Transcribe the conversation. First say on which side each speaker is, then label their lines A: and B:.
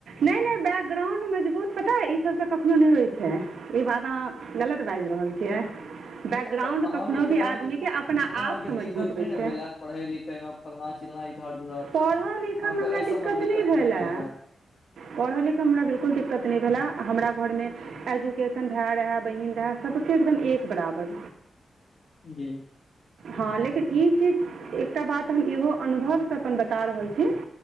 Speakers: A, on the right; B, on the left.
A: नै नै बैकग्राउंड मजबूत पता अइ ई सब त कखनो नै होय छै। ई बात अहाँ गलत बाजि रहल छियै। बैकग्राउणड
B: तऽ अहाँके
A: कखनो
B: फेर
A: भी
B: अहाँके
A: आदमी के अपना
B: कोनो
A: आप
B: अहाँके
A: स
B: दिक्कत
A: मजबूत
B: नहि
A: होइ
B: ने
A: छै।
B: भेल हैत पढ़ै लिखै में फल्लां- चिल्लां इधर -उधर
A: पढ़ऽ लिखऽ
B: अहाँके
A: मे हमरा
B: एहि सबमे
A: दिक्कत नै
B: नहि
A: भेलए।
B: भेल हैत
A: पढ़ऽ लिखऽ मे हमरा बिलकुल दिक्कत नै भेलए हमरा घरमे एजुकेशन भेए रहेए बहीन रहेए सबके एकदम एक बराबर।
B: जी।
A: हँ लेकिन ई चीज एकटा बात हम इहो अनुभव सँ अपन बता रहल छी।